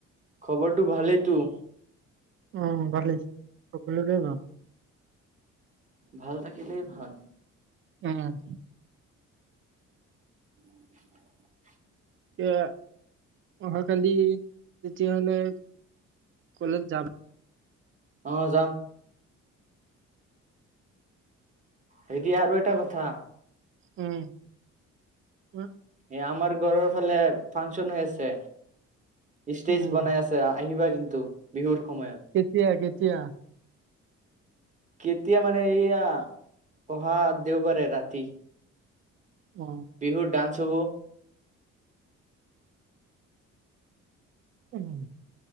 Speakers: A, on the right (about 25°); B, on the right (about 45°).
A: খবৰটো ভালেইতো?
B: অ', ভালেই সকলোৰে ভাল।
A: ভাল থাকিলে ভাল।
B: উম।
A: <inaudible>
B: এ, অহাকালি তেতিয়াহ'লে কলেজ যাম।
A: অ', যাম। হেইৰি আৰু এটা কথা
B: উম, উ
A: এ, আমাৰ ঘৰৰ ফালে ফাংচন হৈ আছে। ষ্টেজ
B: উম
A: বনাই আছে আহিবা কিন্তু বিহুৰ সময়ত
B: কেতিয়া কে কেতিয়া?
A: কেতিয়া মানে এইয়া অহা দেওবাৰে ৰাতি।
B: অ
A: বিহুৰ ডান্স চব
B: উম,